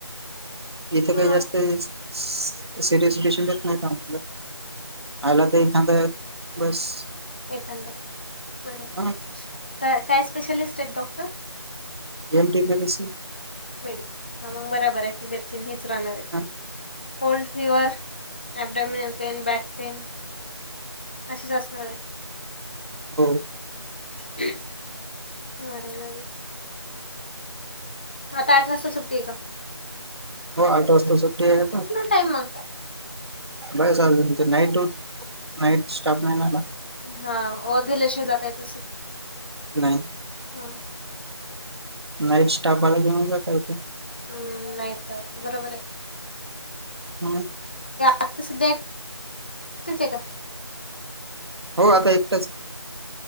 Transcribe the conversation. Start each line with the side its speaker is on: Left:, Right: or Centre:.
Right: इथं काही
Left: हा
Right: जास्त वेळेस सिरियस पेशंट येत नाहीत आम्हाला, आला तेही खांदा बस.
Left: एक नंबर बर,
Right: हा
Left: काय स्पेशलिस्ट आहेत doctor?
Right: M K B B C
Left: medicine हा मग बराबर आहे <unintelligible> राहणार आहेत
Right: हा
Left: cold, fever, abdominal pain, back pain अशीच असणार आहेत.
Right: हो
Left: <unintelligible> आता आठ वाजता सुट्टी आहे का?
Right: हो आठ वाजता सुट्टी आहे आता.
Left: टाइमआउट
Right: बाय चाल नाही तिथं नाईट ड्यूट नाईट स्टाफ नाही ना आला.
Left: हा ओवर गेल्याशिवाय जाता येत नसेल
Right: नाही.
Left: हा
Right: नाईट स्टाफ आला की मग जाता येते.
Left: हम्म नाहीयत बरोबर आहे.
Right: <unintelligible>
Left: आता सध्याच एकच आहे का?
Right: हो आता एकटाच आहे.